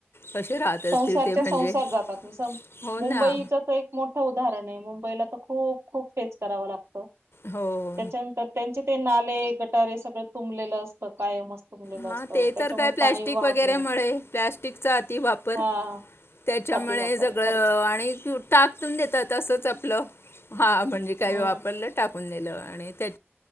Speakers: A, on the left (about 65°); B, on the right (about 70°).
A: कसे राहत असतील
B: संसारच्या
A: ते म्हणजे
B: संसार जातात म्हण
A: हो ना
B: मुंबईच तर एक मोठं उदाहरण आहे. मुंबईला खूप खूप फे करा लागत
A: हो
B: त्याच्यानंतर त्यां ते नाले गटारे सगळं तुंबलेलं असतं कायम असतं.
A: हा ते
B: त्याच्यामुळे
A: तर काय प्लॅस्टिक
B: पाणी वाहत
A: वगैरेमुळेळे
B: नाही
A: प्लॅस्टिकचा अति वाप र
B: हा
A: त्याच्यामुळे
B: अतिवापर
A: सगळं
B: आहे खरंच.
A: आणि टाक त देतात असंच आपलं. हा म्हणजे काही
B: हम्म.
A: वापरलं टाकून दिलं आणि त्या